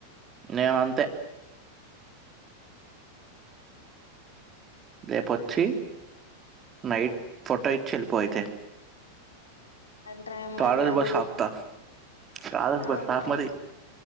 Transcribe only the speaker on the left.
అల్ట్రా అమ్మాయి
లెవెల్
ఆహా